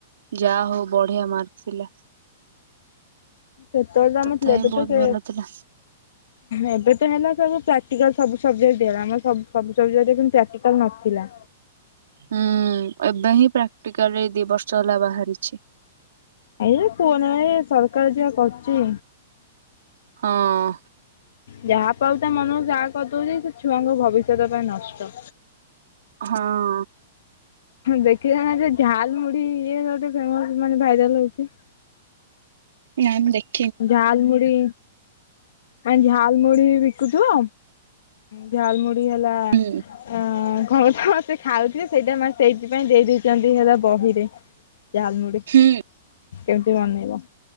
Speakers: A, on the right; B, on the left.
A: ଯା ହଉ ବଢିଆ ମାର୍କ ଥିଲା
B: ସେତେବେଳେ ଆମେଥିଲୁ
A: ତଥାପି
B: ଏବେ
A: ବହୁତ
B: ତ ସେ
A: ଭଲ ଥିଲା
B: ଏବେ ତ ହେଲା ସବୁ ପ୍ରାକଟିକାଲ ସବୁ ସବଜେକ୍ଟ ଆମର ସବୁ ସବଜେକ୍ଟ କିନ୍ତୁ ପ୍ରାକ୍ଟିକାଲ ନଥିଲା।
A: ହୁଁ ଏବେ ହିଁ ପ୍ରାକ୍ଟିକାଲ ଏଇ ଦି ବର୍ଷ ହେଲା ବାହାରିଛି।
B: ଏଇ କୁହନା ଏ ସରକାର ଯା କରୁଚି
A: ହଁ
B: ଯାହା ପାଉ ତା ମନରୁ ତାହା କରିଦଉଚି ଛୁଆଙ୍କ ଭବିଷ୍ୟତ ପାଇଁ ନଷ୍ଟ।
A: ହଁ
B: ଦେଖିଲ ନା ସେ ଝାଲ ମୁଢି ଇଏ ଗୋଟେ ଫେମସ ମାନେ ଭାଇରାଲ ହଉଚି।
A: ନାଇଁ ମୁଁ ଦେଖ
B: ଝାଲମୁଡି ଆ ଝାଲମୁଢି ବିକୁଥିବ ଝାଲମୁଢ଼ି ହେଲା ଉ
A: ହୁଁ
B: କରୁଥିବ ସେ ଖାଉ କି ସେଇଟା ନାଁ ସେଇଥିପାଇଁ ଦେଇଦେଇଚନ୍ତି ହେଲା ବହି। କି ଝାଲମୁଢ଼ି କେମତି
A: ହୁଁ
B: ବନେଇବ?